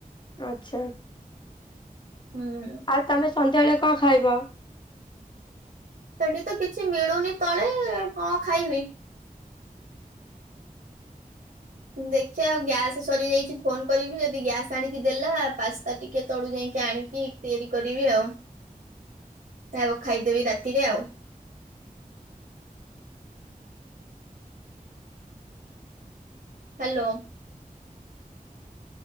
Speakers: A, on the left; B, on the right.
A: ଆଚ୍ଛା।
B: ହୁଁ।
A: ଆଉ ତମେ ସନ୍ଧ୍ୟାବେଳେ କଁ ଖାଇବ।
B: ସେଠି ତ କିଛି ମିଳୁନି ତଳେ ଆଉ କଁ ଖାଇବି। ଦେଖିବା ଗ୍ୟାସ୍ ସରିଯାଇଛି ଫୋନ କରିବି ଯଦି ଗ୍ୟାସ୍ ଆଣିକି ଦେଲା ପାସ୍ତା ଟିକେ ତଳୁ ଯାଇକି ଆଣିକି। ତିଆରି କରିବି ଆଉ ତାକୁ ଖାଇଦେବି ରାତିରେ ଆଉ। Hello.